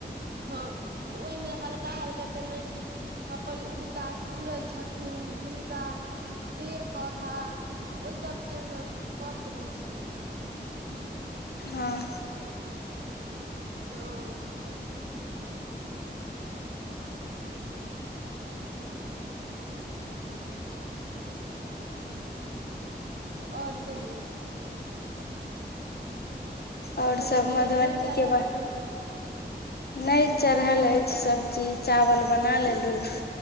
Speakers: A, on the right; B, on the left.
A: हँ तऽ ओहिमे हल्का हल्का जेनाकि अपन उगता सूरज छथुन हुनका पेड़ पौधा ओ सभ केँ हम कऽ सकैत छियै
B: हँ
A: <unintelligible> और कहियौ
B: और
A: खेनाइ
B: सब
A: पिनाइ
B: मधुबनी
A: तऽ नहि भेल
B: केँ
A: हैत
B: <inaudible>
A: अहाँके
B: नहि चढ़ल ऐछ सब्जी चावल बना लेलु